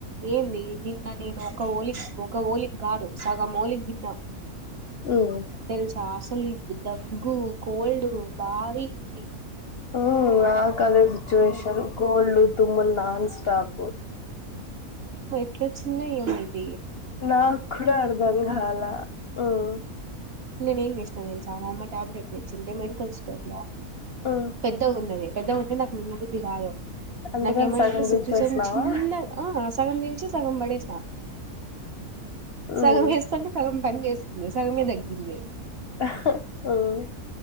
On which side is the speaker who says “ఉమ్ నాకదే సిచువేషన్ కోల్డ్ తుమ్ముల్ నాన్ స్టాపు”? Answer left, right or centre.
Left